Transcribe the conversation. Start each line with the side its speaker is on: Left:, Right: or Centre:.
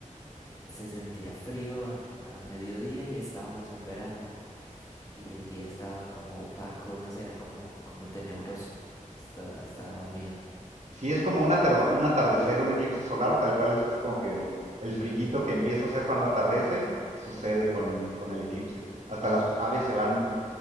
Left: se sentía frío a mediodía y estábamos en verano y el día estaba como opaco, no sé, era como, como tenebroso. Hasta, hasta daba miedo.
Right: sí, es como un atar- un atardecer, un eclipse solar, tal cual es así como que el frillito que empieza a hacer cuando atardece, sucede con, con el eclipse. Hasta las aves se van